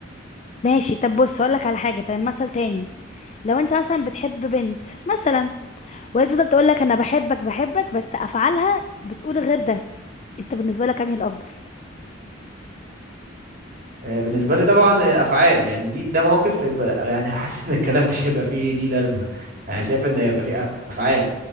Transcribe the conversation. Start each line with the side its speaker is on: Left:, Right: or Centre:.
Left: ماشي طب بص هقولك على حاجة طيب مثل تاني لو انت مثلا بتحب بنت مثلا وهي تفضل تقولك انا بحبك بحبك بس افعالها بتقول غير ده انت بالنسبة لك انهي الافضل
Right: آه، بالنسبه لي طبعا الافعال يعني دي ده موقف يبقى- يعني <laughs> حاسس ان الكلام مش هيبقى فيه ليه لازمه يعني شايف ان هيبقى فيه افعال